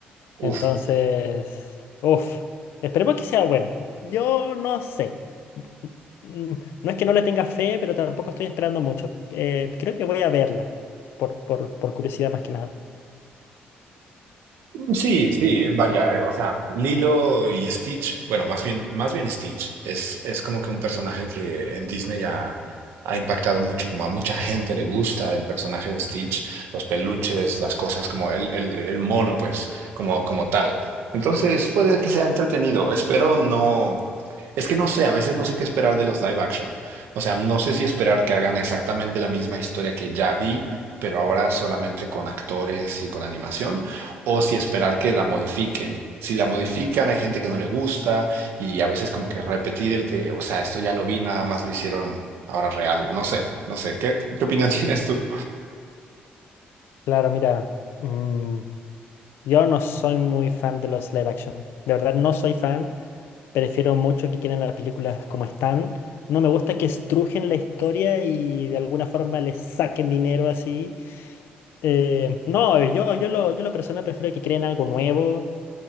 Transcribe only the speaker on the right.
Uf,
sí, sí, vaya, eh, o sea, Lilo y Stitch, bueno, más bien, más bien Stitch, es, es como que un personaje que en Disney ha, ha impactado mucho, como a mucha gente le gusta el personaje de Stitch, los peluches, las cosas, como el, el, el mono, pues, como, como tal. Entonces, puede que sea entretenido. Espero no. Es que no sé, a veces no sé qué esperar de los live action. O sea, no sé si esperar que hagan exactamente la misma historia que ya vi, pero ahora solamente con actores y con animación, o si esperar que la modifiquen. Si la modifican, hay gente que no le gusta y a veces como que repetir el que, o sea, esto ya lo vi, nada más lo hicieron ahora real. No sé, no sé. ¿Qué, qué opinión <laughs> tienes tú?